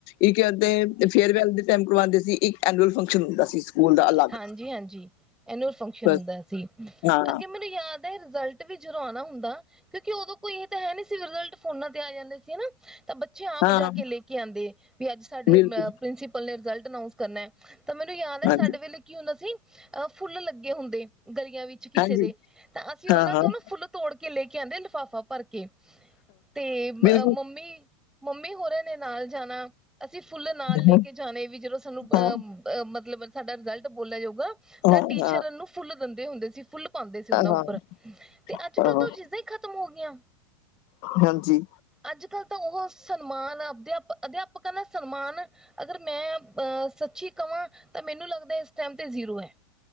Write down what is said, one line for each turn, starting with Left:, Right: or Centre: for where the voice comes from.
Left: ਇੱਕ-ਅੱਧੇ ਇੱਕ ਫੇਅਰਵੈਲ ਦੇ ਟੈਮ ਕਰਵਾਂਦੇ ਸੀ, ਇੱਕ ਐਨੂਅਲ ਫੰਕਸ਼ਨ ਹੁੰਦਾ ਸੀ। ਸਕੂਲ ਦਾ ਅਲੱਗ
Centre: ਹਾਂਜੀ-ਹਾਂਜੀ, ਐਨੂਅਲ ਫੰਕਸ਼ਨ
Left: ਬਸ
Centre: ਹੁੰਦਾ ਸੀ।
Left: ਹਾਂ
Centre: ਅੱਗੇ ਮੈਨੂੰ ਯਾਦ ਮੇਰਾ ਰਿਜ਼ਲਟ ਵੀ ਜਦੋਂ ਆਨਾ ਹੁੰਦਾ ਕਿਯੋਂਕਿ ਉਦੋਂ ਕੋਈ ਏਹ ਤਾਂ ਹੈ ਨਹੀਂ ਸੀ। ਰਿਜ਼ਲਟ ਫੋਨਾ ਤੇ ਆ ਜਾਂਦੇ ਸੀ, ਹਨਾ। ਤਾਂ ਬੱਚੇ ਆਪ
Left: ਹਾਂ
Centre: ਜਾ ਕੇ ਲੈ ਕੇ ਆਉਂਦੇ ਵੀ ਅੱਜ ਸਾਡੇ
Left: ਬਿਲਕੁਲ
Centre: ਪ੍ਰਿੰਸੀਪਲ ਨੇ ਰਿਜ਼ਲਟ ਅਨਾਊਂਸ ਕਰਨਾ। ਤਾਂ ਮੈਨੂੰ ਯਾਦ ਐ
Left: ਹਾਂਜੀ
Centre: ਸਾਡੇ ਵੇਲੇ ਕੀ ਹੁੰਦਾ ਸੀ ਅਹ ਫੁੱਲ ਲੱਗੇ ਹੁੰਦੇ ਗਲੀਆਂ ਵਿੱਚ ਕਿਸੇ
Left: ਹਾਂਜੀ
Centre: ਦੇ। ਤਾਂ ਅਸੀਂ ਓਹਨਾਂ
Left: ਹਾਂ ਹਾਂ
Centre: ਤੋਂ ਨਾ ਫੁੱਲ ਤੋੜ ਕੇ ਲੇ ਕੇ ਆਂਦੇ ਲਿਫਾਫਾ ਭਰ ਕੇ ਤੇ
Left: ਬਿਲਕੁਲ
Centre: ਮੰਮੀ, ਮੰਮੀ ਹੋਰਾਂ ਨੇ ਨਾਲ ਜਾਨਾ ਅਸੀਂ ਫੁੱਲ ਨਾਲ ਲੇ
Left: ਹਾਂ
Centre: ਕੇ ਜਾਨੇ ਵੀ ਜਦੋਂ ਸਾਨੂੰ
Left: ਹਾਂ
Centre: ਅਹ ਮਤਲਬ ਸਾਡਾ ਰਿਜ਼ਲਟ ਬੋਲਿਆ ਜਾਊਗਾ ਤਾਂ
Left: ਹਾਂ
Centre: ਟੀਚਰ ਨੂੰ ਫੁੱਲ ਦਿੰਦੇ ਹੁੰਦੇ ਸੀ। ਫੁੱਲ ਪਾਂਦੇ ਸੀ ਓਹਨਾਂ
Left: ਹਾਂ
Centre: ਉਪਰ, ਤੇ
Left: ਹਾਂ
Centre: ਅੱਜ-ਕੱਲ ਤੇ ਓਹ ਚੀਜ਼ਾਂ ਹੀ ਖਤਮ ਹੋ ਗਈਆਂ।
Left: ਹਾਂਜੀ
Centre: ਅੱਜ-ਕੱਲ ਤਾਂ ਓਹ ਸਨਮਾਨ, ਅਦਿਆਪਕ ਅਦਿਆਪਕਾਂ ਦਾ ਸਨਮਾਨ ਅਗਰ ਮੈਂ ਅਹ ਸੱਚੀ ਕਵਾਂ ਤਾਂ ਮੈਨੂੰ ਲੱਗਦਾ ਇਸ ਟੈਮ ਤੇ ਜ਼ੀਰੋ ਹੈ।